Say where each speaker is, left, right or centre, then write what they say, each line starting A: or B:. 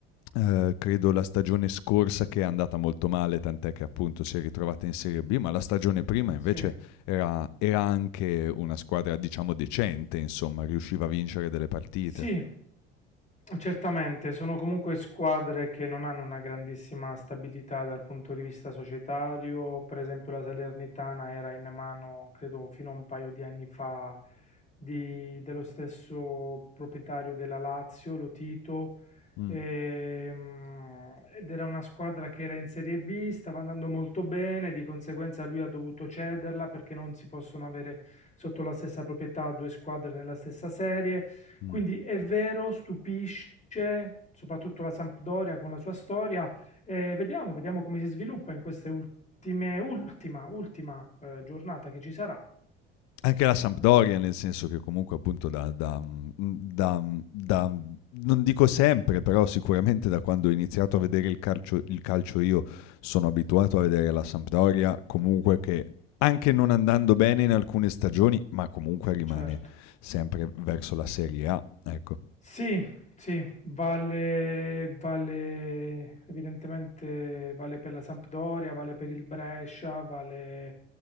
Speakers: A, on the left; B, on the left.
A: ehm, credo la stagione scorsa che è andata molto male, tant'è che appunto si è ritrovata in Serie B, ma la stagione prima
B: sì,
A: invece era era anche una squadra diciamo decente, insomma, riusciva a vincere delle partite.
B: sì, Certamente, sono comunque squadre che non hanno una grandissima stabilità dal punto di vista societario. Per esempio, la Salernitana era in mano, credo, fino a un paio di anni fa, di- dello stesso proprietario della Lazio, Lotito,
A: Mh,
B: ehm, ed era una squadra che era in Serie B, stava andando molto bene, di conseguenza lui ha dovuto cederla perché non si possono avere sotto la stessa proprietà due squadre nella stessa serie.
A: mh.
B: Quindi è vero, stupisce, soprattutto la Sampdoria con la sua storia. Eh, vediamo, vediamo come si sviluppa in queste ultime, ultima, ultima eh, giornata che ci sarà.
A: Anche la Sampdoria, nel senso che comunque appunto da, da- mh, da- mh, da- mh, non dico sempre, però sicuramente da quando ho iniziato a vedere il calcio, il calcio io sono abituato a vedere la Sampdoria comunque che anche non andando bene in alcune stagioni, ma comunque rimane
B: Certo.
A: sempre verso la Serie A, ecco.
B: Sì, sì, vale, vale, evidentemente vale per la Sampdoria, vale per il Brescia, vale